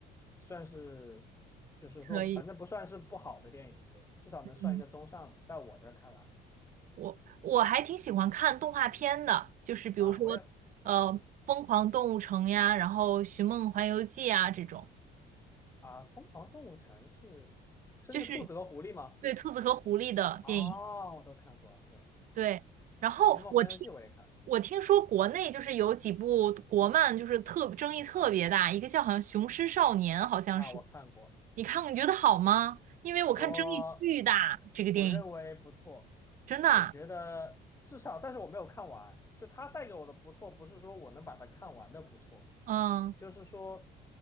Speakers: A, on the left; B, on the right.
A: 算是，就是说反正不算是不好的电影，
B: 可以，
A: 对，至少能算一个中上的，
B: 嗯，
A: 在我这儿看来
B: 我我还挺喜欢看动画片的，就是比如说，
A: 啊，我也
B: 呃，《疯狂动物城》呀，然后《寻梦环游记》啊这种，
A: 啊，《疯狂动物城》是是那个兔子和狐狸吗？
B: 就是对兔子和狐狸的电影。
A: 啊，我都看过，对，
B: 对，然后我听
A: 《寻梦环游记》我也看过
B: 我听说国内就是有几部国漫，就是特争议特别大，一个叫好像《雄狮少年》，好像是，
A: 啊，我看过，
B: 你看过你觉得好吗？因为我看争议巨大，
A: 我。
B: 这个电影
A: 我认为不错，
B: 真的啊
A: 我觉得至少，但是我没有看完。就它带给我的不错，不是说我能把它看完的不错，
B: 嗯。
A: 就是说